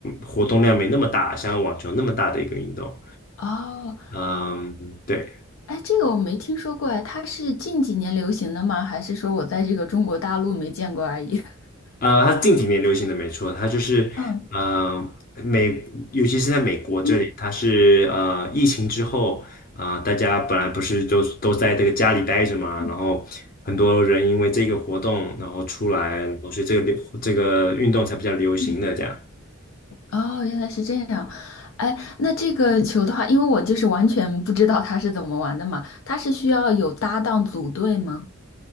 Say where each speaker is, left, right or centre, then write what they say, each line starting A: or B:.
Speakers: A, on the left; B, on the left.
A: 活动量没那么大，像网球那么大的一个运动。
B: 哦，
A: 嗯，对。
B: 哎，这个我没听说过，哎，它是近几年流行的吗？还是说我在这个中国大陆没见过而已？<laughs>
A: 呃，它是近几年流行的，没错，它就是呃美，
B: 嗯
A: 尤其是在美国这里，
B: 嗯
A: 它是呃疫情之后，呃大家本来不是都都在这个家里待着嘛，
B: 嗯
A: 然后很多人因为这个活动，然后出来，然后所以这个流这个运动才比较流行的这样。
B: 嗯，哦，原来是这样。哎，那这个球的话，因为我就是完全不知道它是怎么玩的嘛，它是需要有搭档组队吗？